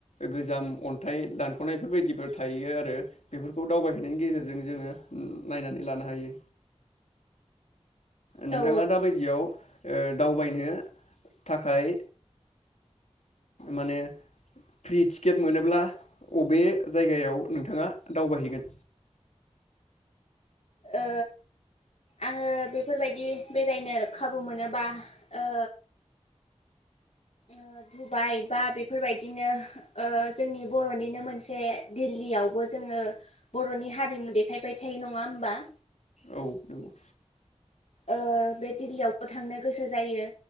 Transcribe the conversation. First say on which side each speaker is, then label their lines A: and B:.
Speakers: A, on the left; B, on the left.
A: गोजाम अन्थाइ दानख'नायफोरबायदिफोर थायो आरो बेफोरखौ दावबायहैनायनि गेजेरजों जोङो नायनानै लानो हायो। नोंथाङा
B: औ
A: दाबायदियाव ओ दावबायनो थाखाय माने फ्रि थिकेट मोनोब्ला अबे जायगायाव नोंथाङा दावबायहैगोन?
B: ओ आङो बेफोरबायदि बेरायनो खाबु मोनोबा ओ ओ दुबाइ बा बेफोरबायदिनो ओ जोंनि बर'निनो मोनसे दिल्लीयावबो जोङो बर'नि हारिमु देखायबाय थायो नङा होमबा?
A: औ नोंगौ।
B: ओ बे दिल्लीयावबो थांनो गोसो जायो।